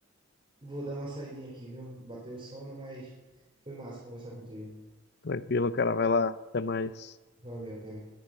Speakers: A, on the right; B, on the left.
A: vou dar uma saidinha aqui, viu? Bateu o sono, mas foi massa conversar contigo.
B: tranquilo, cara, vai lá, até mais.
A: Valeu, até.